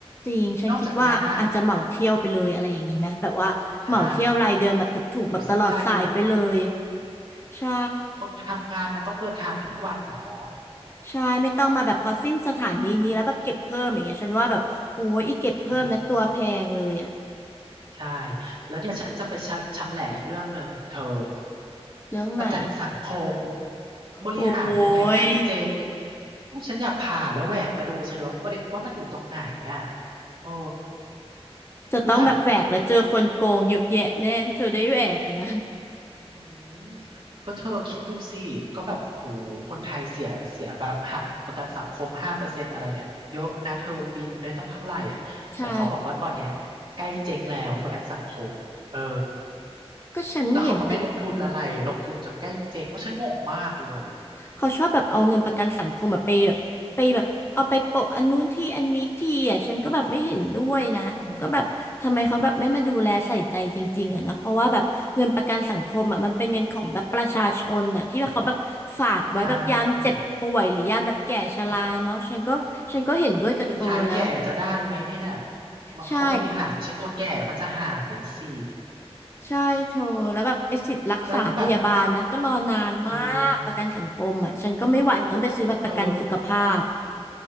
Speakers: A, on the left; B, on the right.
A: จริง ฉันคิดว่าอาจจะเหมาเที่ยวไปเลยอะไรอย่างนี้ไหมแบบว่าเหมาเที่ยวรายเดือนแบบถูกๆแบบตลอดสายไปเลย
B: นอกจากเนี้ยนะใช่หรือซื้อรายเดือนถูก
A: ใช่
B: คนทำงานมันต้องเดินทางทุกวันอ่ะเนาะ
A: ใช่ไม่ต้องมาแบบพอสิ้นสถานีนี้แล้วแบบเก็บเพิ่มอย่างเงี้ยฉันว่าแบบโอ้ยอีเก็บเพิ่มนะตัวแพงเลยอะ
B: ใช่ ใช่แล้วเนี่ยฉันจะไปชะชำแหละอีกเรื่องหนึ่งเธอ
A: เรื่องไหน
B: ประกันสังคมบริหารยังไงใกล้เจ๊ง
A: โอ้ย
B: อู้ฉันอยากผ่าแล้วแหวกมาดูจังเลยว่าว่าว่ามันอยู่ตรงไหนอ่ะเออ
A: จะต้องแบบแหวกแล้วเจอคนโกงเยอะแยะแน่ถ้าเธอได้แหวกอะนะ
B: คือแบบอืมก็เธอคิดดูสิก็แบบโหคนไทยเสียเสียแบบหักประกันสังคมห้าเปอร์เซ็นต์อะไรเนี่ยเยอะนะเธอปีหนึ่งได้ตั้งเท่าไหร่อ่ะแต่เขาบอกว่าตอนเนี้ยใกล้เจ๊งแล้วประกันสังคมเออ
A: ใช่ก็ฉันเห็นนะเธอ
B: แล้วเขาก็ไปลงทุนอะไรลงทุนจนใกล้เจ๊งว่าฉันงงมากเลย
A: เขาชอบแบบเอาเงินประกันสังคมแบบไปแบบไปแบบเอาไปโปะอันนู้นที่อันนี้ที่อ่ะฉันก็แบบไม่เห็นด้วยนะก็แบบทำไมเขาแบบไม่มาดูแลใส่ใจจริงๆอ่ะนะเพราะว่าแบบเงินประกันสังคมอ่ะมันเป็นเงินของแบบประชาชนอ่ะที่ว่าเขาแบบฝากไว้แบบยามเจ็บป่วยหรือยามแบบแก่ชราเนาะฉันก็ฉันก็เห็นด้วยกับเธอนะ
B: อ๋อใช่อืมสุดท้ายแก่จะได้ไหมเนี่ย
A: ใช่
B: เขาบริหารเนี่ยฉันกลัวแก่แล้วมันจะหายสิอืม
A: ใช่เธอแล้วแบบไอ้สิทธิ์รักษาพยาบาลนะก็รอนานมากประกันสังคมอ่ะฉันก็ไม่ไหวต้องไปซื้อแบบประกันสุขภาพ
B: แล้วแบบเองเธอ